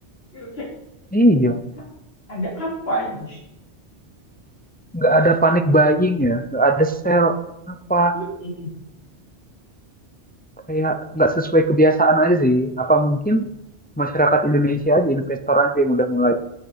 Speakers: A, on the left; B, on the left.
A: ya kayak
B: Iya,
A: "Hah, ada apa ini
B: nggak ada panic buying ya, nggak ada sell apa.
A: <laughs>
B: kayak nggak sesuai kebiasaan aja sih. Apa mungkin masyarakat Indonesia aja investor aja yang udah mulai